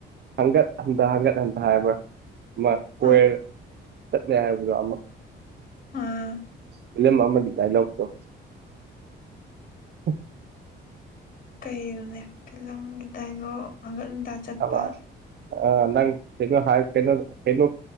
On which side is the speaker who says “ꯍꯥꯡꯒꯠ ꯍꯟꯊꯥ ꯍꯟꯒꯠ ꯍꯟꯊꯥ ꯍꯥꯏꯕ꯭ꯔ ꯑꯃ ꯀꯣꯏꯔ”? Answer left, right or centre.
Right